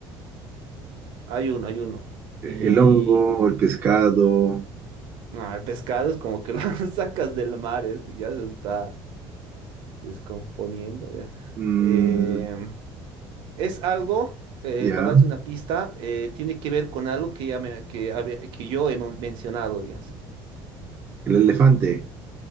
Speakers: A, on the right (about 60°); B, on the right (about 20°).
A: Hay uno, hay uno. Y
B: El hongo, el pescado,
A: ah, el pescado es como que lo <laughs> sacas del mar, este ya se está descomponiendo. ya.
B: mm,
A: Em, es algo, eh,
B: ya,
A: para darte una pista, eh, tiene que ver con algo que, ya me- que, habe- que yo he mon- mencionado, digamos.
B: el elefante,